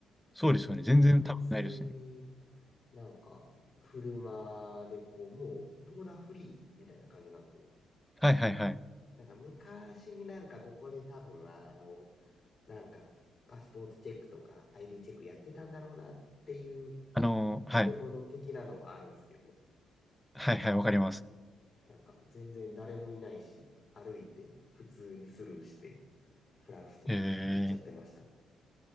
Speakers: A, in the centre; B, on the left.
A: そうですよね。
B: だからみんな普通に
A: 全然多分ないですね。
B: なんか、車でこう、もう、ボーダーフリーみたいな感じになって、
A: はいはいはい。
B: なんか昔になんかここで多分あの、なんか、パスポートチェックとか ID チェックやってたんだろうなっていう
A: あのーはい。
B: 建物的なのはあるんですけど、
A: はいはい、わかります。
B: なんか全然誰もいないし、歩いて普通にスルーして、フランスとか行っちゃってました。
A: へえ。